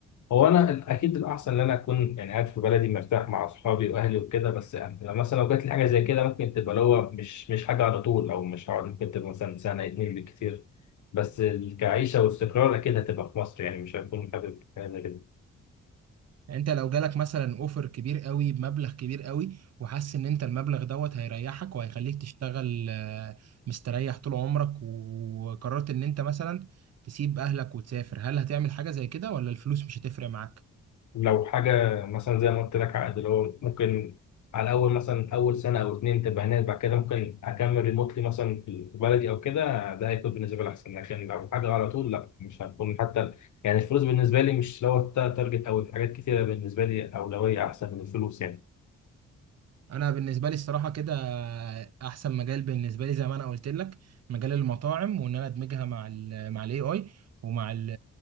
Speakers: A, on the left; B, on the right.
A: هو انا اكيد الاحسن ان انا اكون يعني قاعد في بلدي مرتاح مع اصحابي واهلي وكده بس يعني لو مثلا لو جات لي حاجه زي كده ممكن تبقى اللي هو مش مش حاجه على طول او مش هقعد ممكن تبقى مثلا سنه اتنين بالكتير بس ال- كعيشه واستقرار اكيد هتبقى في مصر يعني مش هكون حابب حاجه زي كده
B: يعني انت لو جالك مثلا اوفر كبير قوي بمبلغ كبير قوي وحاسس ان انت المبلغ دوت هيريحك وهيخليك تشتغل آه، مستريح طول عمرك وقررت ان انت مثلا تسيب اهلك وتسافر هل هتعمل حاجه زي كده ولا الفلوس مش هتفرق معاك
A: لو حاجة مثلا زي ما قلت لك عقد اللي هو ممكن على أول مثلا أول سنة أو اتنين تبقى هناك بعد كده ممكن أكمل ريموتلي مثلا في في بلدي أو كده ده هيكون بالنسبة لي أحسن لكن لو حاجة على طول لا مش هتكون حتى يعني الفلوس بالنسبة لي مش لو تارجت أو حاجات كتيرة بالنسبة لي أولوية أحسن من الفلوس يعني.
B: انا بالنسبه لي الصراحه كده احسن مجال بالنسبه لي زي ما انا قلت لك مجال المطاعم وان انا ادمجها مع ال مع الاي اي ومع ال